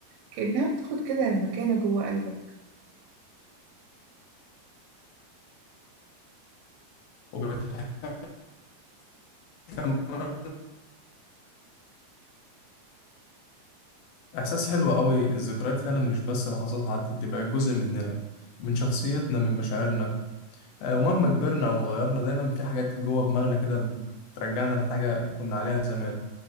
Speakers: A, on the right; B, on the left.
A: كأنها بتاخد كده مكانة جوه قلبك
B: وبتحس كمان إحساس حلو قوي الذكريات فعلا مش بس لحظات عدت دي بقت جزء مننا من شخصيتنا من مشاعرنا آه، ومهما كبرنا أو اتغيرنا دايما في حاجات جوه دماغنا كده بترجعنا لحاجة كنا عليها زمان